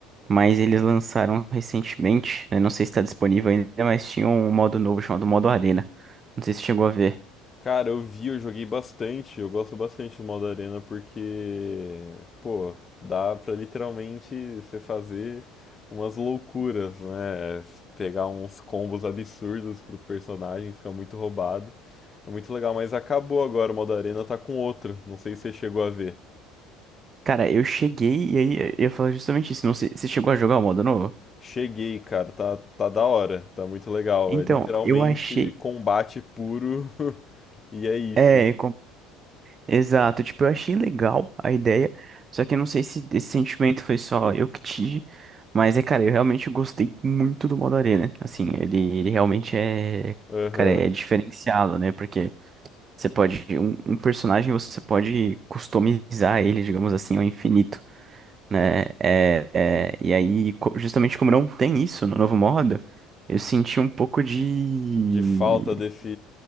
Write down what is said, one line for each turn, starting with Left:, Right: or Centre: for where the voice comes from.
Right: mas eles lançaram recentemente, né? Não sei se está disponível ainda, mas tinha um modo novo chamado modo Arena. Não sei se você chegou a ver.
Left: Cara, eu vi, eu joguei bastante, eu gosto bastante do modo arena porque, pô, dá pra literalmente você fazer umas loucuras, né? Pegar uns combos absurdos pros personagens, fica muito roubado. É muito legal, mas acabou agora o modo arena, tá com outro. Não sei se você chegou a ver.
Right: Cara, eu cheguei e aí eu ia falar justamente isso. Não sei, você chegou a jogar o modo novo?
Left: Cheguei, cara, tá, tá da hora, tá muito legal.
Right: Então,
Left: É literalmente
Right: eu achei.
Left: combate puro <laughs> e é isso.
Right: É, Exato, tipo, eu achei legal a ideia, só que eu não sei se esse sentimento foi só eu que tive, mas é, cara, eu realmente gostei muito do modo arena, assim, ele, ele realmente é,
Left: Aham.
Right: cara, é diferenciado, né, porque você pode, um, um personagem você pode customizar ele, digamos assim, ao infinito, né, é, é, e aí, co- justamente como não tem isso no novo modo, eu senti um pouco de...
Left: De falta desse.